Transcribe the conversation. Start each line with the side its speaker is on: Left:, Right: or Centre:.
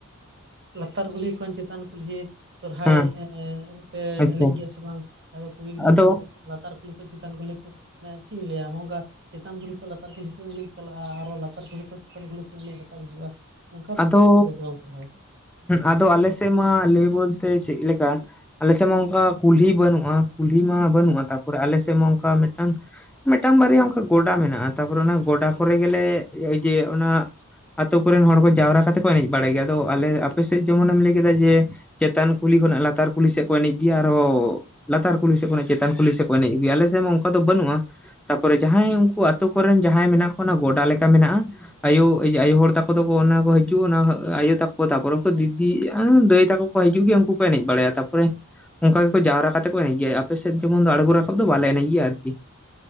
Right: ᱞᱟᱛᱟᱨ ᱜᱩᱞᱤ ᱠᱷᱚᱱ ᱪᱮᱛᱟᱱ ᱠᱩᱞᱦᱤ ᱥᱚᱨᱦᱟᱭ
Centre: ᱦᱮᱸ
Right: ᱯᱮ
Centre: ᱟᱪᱪᱷᱟ
Right: ᱮᱱᱮᱡ ᱜᱮᱭᱟ ᱥᱮ ᱵᱟᱝ ᱟᱫᱚ ᱠᱩᱲᱤ ᱜᱤᱫᱽᱨᱟᱹ
Centre: ᱟᱫᱚ
Right: ᱠᱚ ᱮᱱᱮᱡ ᱞᱟᱛᱟᱨ ᱠᱩᱞᱦᱤ ᱠᱚ ᱪᱮᱛᱟᱱ ᱠᱩᱞᱤ ᱠᱚ ᱢᱟᱱᱮ ᱪᱮᱫ ᱤᱧ ᱞᱟᱹᱭᱟ ᱱᱚᱜ ᱱᱚᱝᱠᱟ ᱪᱮᱛᱟᱱ ᱠᱩᱞᱦᱤ ᱠᱷᱚᱡᱽ ᱞᱟᱛᱟᱨ ᱠᱩᱞᱦᱤ ᱠᱚ ᱮᱱᱮᱡ ᱪᱟᱞᱟᱜᱼᱟ ᱟᱨᱚ ᱞᱟᱛᱟᱨ ᱠᱩᱞᱦᱤ ᱠᱷᱚᱡᱽ ᱪᱮᱛᱟᱱ ᱠᱩᱞᱦᱤ ᱠᱚ ᱮᱱᱮᱡ ᱨᱟᱠᱟᱵ ᱦᱤᱡᱩᱜᱼᱟ ᱚᱱᱠᱟ ᱫᱚᱠᱚ
Centre: ᱟᱫᱚ
Right: ᱮᱱᱮᱡ ᱜᱮᱭᱟ ᱥᱮ ᱵᱟᱝ ᱥᱚᱨᱦᱟᱭ
Centre: ᱟᱫᱚ ᱟᱞᱮ ᱥᱮᱫ ᱢᱟ ᱞᱟᱹᱭ ᱵᱚᱞᱛᱮ ᱪᱮᱫ ᱞᱮᱠᱟ ᱟᱞᱮ ᱥᱮᱫ ᱢᱟ ᱚᱱᱠᱟ ᱠᱩᱞᱦᱤ ᱵᱟᱹᱱᱩᱜᱼᱟ ᱠᱩᱞᱦᱤ ᱢᱟ ᱵᱟᱹᱱᱩᱜᱼᱟ ᱛᱟᱯᱚᱨᱮ ᱟᱞᱮ ᱥᱮᱫ ᱢᱟ ᱚᱱᱠᱟ ᱢᱤᱫᱴᱟᱝ ᱵᱟᱨᱭᱟ ᱚᱱᱠᱟ ᱜᱚᱰᱟ ᱢᱮᱱᱟᱜᱼᱟ ᱛᱟᱯᱚᱨᱮ ᱚᱱᱟ ᱜᱚᱰᱟ ᱠᱚ ᱨᱮ ᱜᱮ ᱞᱮ ᱤᱡᱟᱹᱭᱟ ᱚᱱᱟ ᱟᱛᱳ ᱠᱚ ᱨᱮᱱ ᱦᱚᱲ ᱠᱚ ᱡᱟᱣᱨᱟ ᱠᱟᱛᱮ ᱠᱚ ᱮᱱᱮᱡ ᱵᱟᱲᱟᱭ ᱜᱮᱭᱟ ᱟᱫᱚ ᱟᱞᱮ ᱟᱯᱮ ᱥᱮᱫ ᱡᱮᱢᱚᱱᱮᱢ ᱞᱟᱹᱭ ᱠᱮᱫᱟ ᱡᱮ ᱪᱮᱛᱟᱱ ᱠᱩᱞᱦᱤ ᱠᱷᱚᱱᱟᱜ ᱞᱟᱛᱟᱨ ᱠᱩᱞᱦᱤ ᱥᱮᱫ ᱠᱚ ᱮᱱᱮᱡ ᱜᱮᱭᱟ ᱟᱨᱦᱚᱸ ᱞᱟᱛᱟᱨ ᱠᱩᱞᱦᱤ ᱥᱮᱫ ᱠᱷᱚᱱᱟᱜ ᱪᱮᱛᱟᱱ ᱠᱩᱞᱦᱤ ᱥᱮᱫ ᱠᱚ ᱮᱱᱮᱡ ᱟᱜᱩᱭᱟ ᱟᱞᱮ ᱥᱮᱫ ᱢᱟ ᱚᱱᱠᱟ ᱫᱚ ᱵᱟᱱᱩᱜᱼᱟ ᱛᱟᱯᱚᱨᱮ ᱡᱟᱸᱦᱟᱸᱭ ᱩᱱᱠᱩ ᱟᱛᱳ ᱠᱚᱨᱮᱱ ᱡᱟᱸᱦᱟᱸᱭ ᱢᱮᱱᱟᱜ ᱠᱚ ᱚᱱᱟ ᱜᱚᱰᱟ ᱞᱮᱠᱟ ᱢᱮᱱᱟᱜᱼᱟ ᱟᱭᱳ ᱟᱭᱳ ᱦᱚᱲ ᱛᱟᱠᱚ ᱫᱚᱠᱚ ᱚᱱᱟ ᱦᱤᱡᱩᱜ ᱚᱱᱟ ᱟᱭᱳ ᱛᱟᱠᱚ ᱛᱟᱯᱚᱨᱮ ᱩᱱᱠᱩ ᱫᱤᱫᱤ ᱫᱟᱹᱭ ᱛᱟᱠᱚ ᱠᱚ ᱦᱤᱡᱩᱜ ᱜᱮᱭᱟ ᱩᱱᱠᱩ ᱠᱚ ᱮᱱᱮᱡ ᱵᱟᱲᱟᱭᱟ ᱛᱟᱯᱚᱨᱮ ᱚᱱᱠᱟ ᱜᱮᱠᱚ ᱡᱟᱣᱨᱟ ᱠᱟᱛᱮ ᱠᱚ ᱮᱱᱮᱡ ᱜᱮᱭᱟ ᱟᱯᱮ ᱥᱮᱫ ᱡᱮᱢᱚᱱ ᱟᱬᱜᱚ ᱨᱟᱠᱟᱵ ᱫᱚ ᱵᱟᱞᱮ ᱮᱱᱮᱡ ᱜᱮᱭᱟ ᱟᱨᱠᱤ